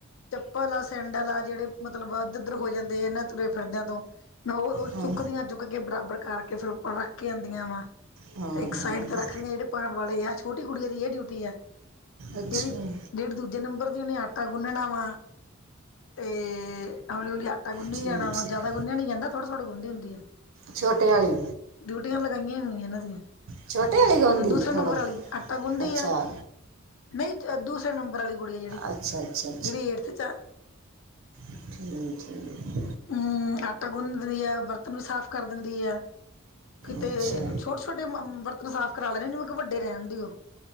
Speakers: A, on the left; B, on the right.
A: ਭਲਾ ਸੈਂਡਲ ਆ ਜਿਹੜੇ ਮਤਲਬ ਇੱਧਰ ਉੱਧਰ ਹੋ ਜਾਂਦੇ ਆ ਇਹਨਾਂ ਤੁਰੇ ਫਿਰਦਿਆਂ ਤੋਂ, ਮੈਂ ਉਹ
B: ਹਾਂ
A: ਚੁੱਕਦੀਆਂ ਚੁੱਕ ਕੇ ਬਰਾਬਰ ਕਰਕੇ ਫੇਰ ਉੱਪਰ ਰੱਖ ਕੇ ਆਦੀਆਂ ਵਾ।
B: ਹਾਂ
A: ਤੇ
B: ਹਾਂ।
A: ਇੱਕ ਸਾਈਡ ਤੇ ਰੱਖਦੀਆ ਜਿਹੜੇ ਪਾਉਣ ਵਾਲੇ ਹੈ ਛੋਟੀ ਗੁੱਡੀਆ ਦੀ ਇਹ ਡਿਊਟੀ ਹੈ।
B: ਅੱਛਾ
A: ਜਿਹੜੀ, ਜਿਹੜੇ ਦੂਜੇ ਨੰਬਰ ਦੀ ਉਹਨੇ ਆਟਾ ਗੁੰਨਣਾ ਵਾ, ਅਤੇ ਹੌਲੀ ਹੌਲੀ ਆਟਾ ਆਟਾ ਗੁੰਨੀ
B: ਠੀਕ
A: ਜਾਣਾ ਵਾ
B: ਠੀਕ
A: ਜਾਦਾ ਗੁੰਨਿਆ ਨੀ ਜਾਂਦਾ ਥੋੜ੍ਹਾ ਥੋੜ੍ਹੀ ਗੁੰਨਦੀ ਹੁੰਦੀ ਐ।
B: ਛੋਟੇ ਵਾਲੀ
A: ਡਿਊਟੀਆਂ ਲਗਾਈਆਂ ਹੋਈਆਂ ਏਨਾਂ ਦੀਆਂ।
B: ਛੋਟੇ ਵਾਲੀ ਗਾਉਂਦੀ
A: ਦੂਸਰੇ
B: ਥੋੜਾ
A: ਨੰਬਰ ਆਲੀ ਆਟਾ ਗੁੰਨਦੀ
B: ਅੱਛਾ
A: ਐ। ਨਈ ਦੂਸਰੇ ਨੰਬਰ ਵਾਲੀ ਗੁੜੀਆ ਐ, ਜੇੜੀ
B: ਅੱਛਾ ਅੱਛਾ ਅੱਛਾ
A: ਜੇੜੀ ਏਟਥ ਚ ਆ।
B: ਠੀਕ ਠੀਕ
A: ਊ ਆਟਾ ਗੁੰਨ ਦਿੰਦੀ ਐ, ਬਰਤਨ ਵੀ ਸਾਫ਼ ਕਰ ਦਿੰਦੀ ਐ। ਕਿਤੇ
B: ਅੱਛਾ
A: ਛੋਟ ਛੋਟੇ ਬਰਤਨ ਸਾਫ਼ ਕਰਾ ਲੈਣੇ ਮੈਂ ਕੈ ਵੱਡੇ ਰਹਿਣ ਦਿਓ,